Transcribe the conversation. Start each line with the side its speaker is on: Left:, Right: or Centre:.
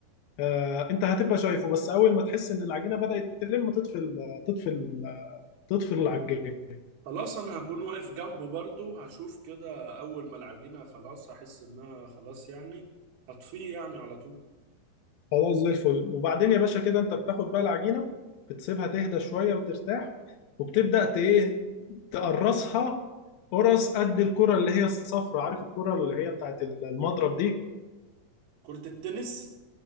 Left: آه، أنت هتبقى شايفه بس أول ما تحس إن العجينة بدأت تلم تطفي ال- تطفي ال- تطفي العجين
Right: خلاص انا هكون واقف جنبه برضو هشوف كده اول ما العجينة خلاص هحس انها خلاص يعني هطفيه يعني على طول
Left: خلاص زي الفل وبعدين يا باشا كده أنت بتاخد بقى العجينة بتسيبها تهدى شوية وترتاح وبتبدأ ت- إيه تقرصها قرص قد الكرة اللي هي الصفرة عارف الكرة اللي هي بتاعت المضرب دي
Right: كرة التنس